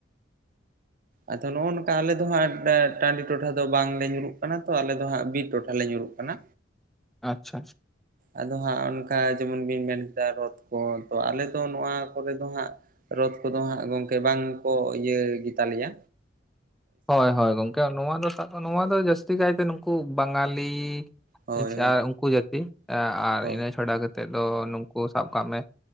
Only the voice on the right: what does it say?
ᱟᱫᱚ ᱱᱚᱜᱼᱚ ᱱᱚᱝᱠᱟ ᱟᱞᱮ ᱫᱚ ᱦᱟᱸᱜ ᱴᱟᱺᱰᱤ ᱴᱚᱴᱷᱟ ᱫᱚ ᱵᱟᱝᱞᱮ ᱧᱩᱨᱩᱜ ᱠᱟᱱᱟ ᱛᱚ᱾ ᱟᱞᱮ ᱫᱚ ᱦᱟᱸᱜ ᱵᱤᱨ ᱴᱚᱴᱷᱟ ᱞᱮ ᱧᱩᱨᱩᱜ ᱠᱟᱱᱟ᱾
ᱟᱫᱚ ᱦᱟᱸᱜ ᱚᱱᱠᱟ ᱡᱮᱢᱚᱱ ᱵᱤᱱ ᱢᱮᱱ ᱠᱮᱫᱟ ᱨᱚᱛᱷ ᱠᱚ, ᱛᱚ ᱟᱞᱮᱫᱚ ᱱᱚᱣᱟ ᱠᱚᱨᱮ ᱫᱚ ᱦᱟᱸᱜ ᱨᱚᱛᱷ‌ ᱠᱚᱫᱚ ᱦᱟᱸᱜ ᱜᱚᱝᱠᱮ ᱵᱟᱝᱠᱚ ᱤᱭᱟᱹ ᱜᱮᱛᱟᱞᱮᱭᱟ᱾
ᱦᱳᱭ
ᱦᱳᱭ
ᱦᱳᱭ